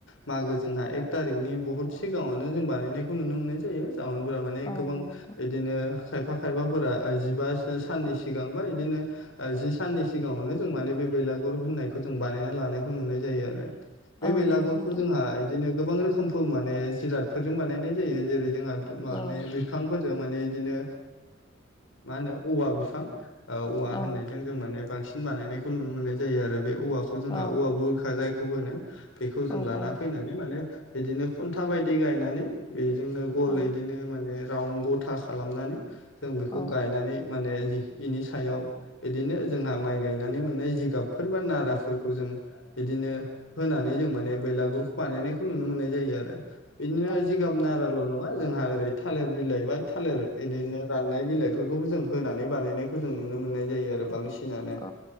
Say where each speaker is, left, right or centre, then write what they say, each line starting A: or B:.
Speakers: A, on the left; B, on the left.
A: मागो जोंहा एक थारिखनि बहुत सिगाङावनो जों बानायनायखौ नुनो मोननाय जायो जावोनफोरा माने
B: औ
A: गोबां
B: नंगौ नोंथां
A: बिदिनो खायफा खायफाफोरा जिबा साननि सिगांबा बिदिनो जि साननि सिगाङावनो जों माने बे बैलागुर होननायखौ जों बानायना लानायखौ नुनाय जायो आरो बे
B: औ
A: बेलागुरखौ
B: नंगौ नोंथां
A: जोंहा बिदिनो गोबां रोखोमफोर माने जिरादफोरजों बानायनाय जायो जेरै जोंहा माने
B: औ
A: बिफांफोरजों माने इदिनो मा होनो औवा बिफां औवा
B: औ
A: होननायजों जों माने बांसिन बानायनायखौ नुनो मोननाय जायो आरो बे औवाखौ जोंहा
B: औ
A: औवा बुरखा जाय बेखौ होनो बेखौ जों
B: औ
A: लाना
B: औ
A: फैनानै माने बिदिनो खुन्था बायदि गायनानै बेजोंनो गल
B: औ
A: बिदिनो माने राउन्ड गथा खालामनानै जों बेखौ
B: औ
A: गायनानै माने इ इनि सायाव बिदिनो जोंहा माइ गायनानै मोननाय जिगाबफोर बा नाराफोरखौ जों बिदिनो होनानै जों माने बैलागुरखौ बानायनायखौ नुनो मोननाय जायो आरो बिदिनो
B: औ
A: जिगाब नाराल' नङा बा जोंहा ओरै थालेर बिलाइ बा थालेर बिदिनो रान नाय बिलाइफोरखौबो जों होनानै बानायनायखौ जों नुनो मोननाय जायो आरो बां सिनानो
B: औ